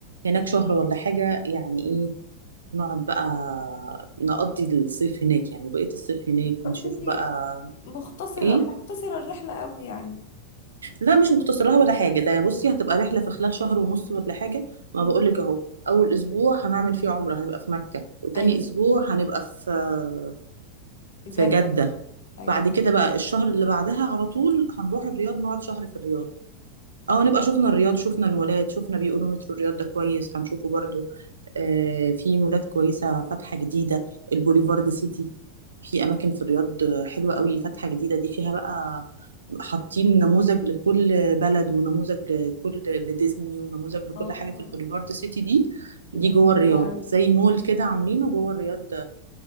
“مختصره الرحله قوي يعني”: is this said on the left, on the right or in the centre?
Left